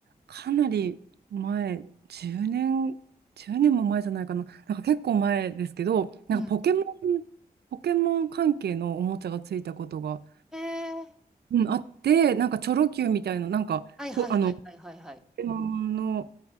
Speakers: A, on the right (about 85°); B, in the centre.
A: かなり前、10年、1年も前じゃないかな、なんか結構前ですけど、なんかポケモン、
B: うん、
A: ポケモン関係のおもちゃがついたことが。
B: えー、
A: うん、あって、なんかチョロ Q みたいな、なんかポ、
B: はいはいはいはいはいはい。
A: あの、ポケモンの